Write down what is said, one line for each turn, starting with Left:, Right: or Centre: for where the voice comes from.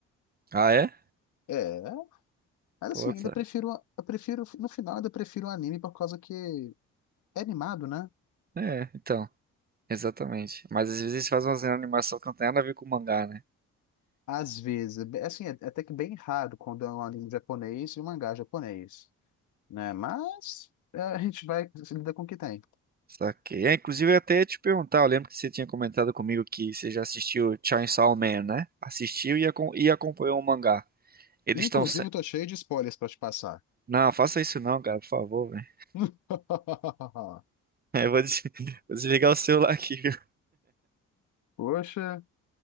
Right: Ah, é?
Left: É, mas
Right: Pô,
Left: assim,
Right: tá.
Left: ainda prefiro, eu prefiro, no final ainda prefiro o anime por causa que é animado, né?
Right: É, então, exatamente. Mas às vezes eles fazem uma animação que não tem nada a ver com o mangá, né?
Left: Às vezes, é bem- assim, é é até que bem raro quando é um anime japonês e um mangá japonês. né? Mas é, a gente vai se lidar com o que tem.
Right: Saquei. É, inclusive, eu ia até te perguntar, eu lembro que você tinha comentado comigo que você já assistiu Chainsaw Man, né? Assistiu e, acom- e acompanhou o mangá. Eles
Left: Inclusive,
Right: estão... Se...
Left: eu tô cheio de spoilers pra te passar.
Right: Não, faça isso não, cara, por favor, velho.
Left: <laughs>
Right: <laughs> Eu vou, des- vou desligar o celular aqui, viu?
Left: Poxa,